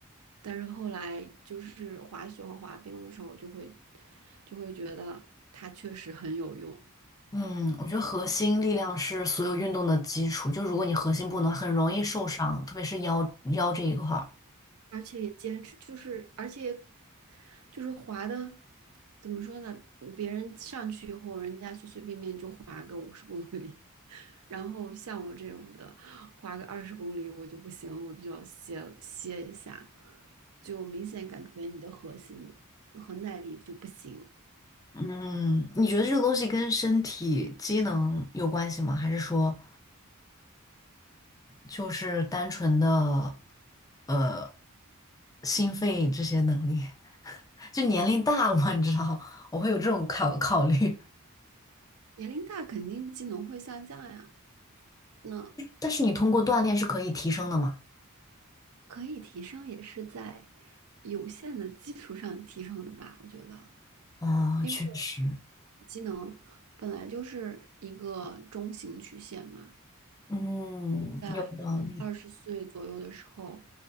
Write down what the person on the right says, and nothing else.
但是后来就是滑雪和滑冰的时候，我就会就会觉得它确实很有用，
而且也坚持，就是而且就是滑的。怎么说呢？别人上去以后，人家随随便便就滑个五十公里，然后像我这种的，花个二十公里我就不行，我就要歇歇一下，就明显感觉你的核心和耐力就不行。
年龄大肯定技能会下降呀，那
可以提升也是在有限的基础上提升的吧，我觉得，
因为
呢，本来就是一个中型曲线嘛，
在二十岁左右的时候，